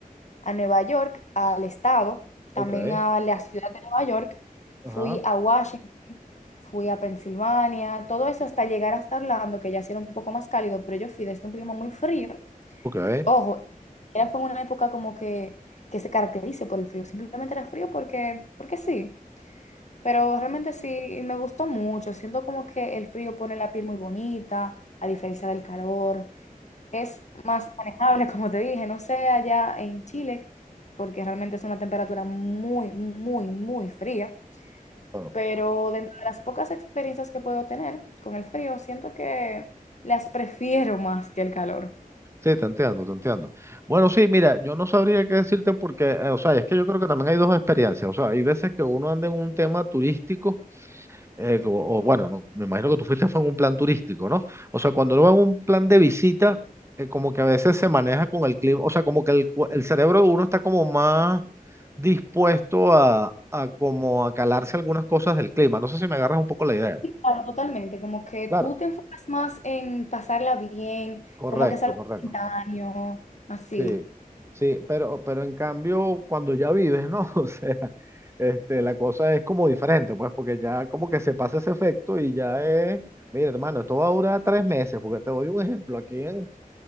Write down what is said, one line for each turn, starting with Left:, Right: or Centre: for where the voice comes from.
Left: a Nueva York, al estado,
Right: ok,
Left: también a la ciudad de Nueva York, fui
Right: ajá,
Left: a Washington fui a Pensilvania, todo eso hasta llegar hasta Orlando, que ya sí era un poco más cálido, pero yo fui desde un clima muy frío.
Right: ok.
Left: Ojo, era fue una época como que, que se caracterice por el frío, simplemente era frío porque, porque sí, pero realmente sí me gustó mucho, siento como que el frío pone la piel muy bonita, a diferencia del calor, es más manejable, <laughs> como te dije, no sé allá en Chile, porque realmente es una temperatura muy, muy, muy fría
Right: Bueno.
Left: pero dentro de las pocas experiencias que puedo tener con el frío, siento que las prefiero más que el calor.
Right: Sí, te entiendo, te entiendo. Bueno, sí, mira, yo no sabría qué decirte porque, eh, o sea, es que yo creo que también hay dos experiencias. O sea, hay veces que uno anda en un tema turístico, eh, o, o bueno, no, me imagino que tú fuiste fue en un plan turístico, ¿no? O sea, cuando uno va en un plan de visita, eh, como que a veces se maneja con el clima, o sea, como que el, cu- el cerebro de uno está como más dispuesto a, a como a calarse algunas cosas del clima. No sé si me agarras un poco la idea.
Left: Sí, Claro, totalmente, como que
Right: Claro,
Left: tú te enfocas más en pasarla bien,
Right: correcto,
Left: como que es algo
Right: correcto.
Left: instantáneo, así.
Right: Sí, sí, pero, pero en cambio, cuando ya vives, ¿no? <laughs> O sea, este, la cosa es como diferente, pues, porque ya como que se pasa ese efecto y ya es, mira, hermano, esto va a durar tres meses, porque te doy un ejemplo, aquí en,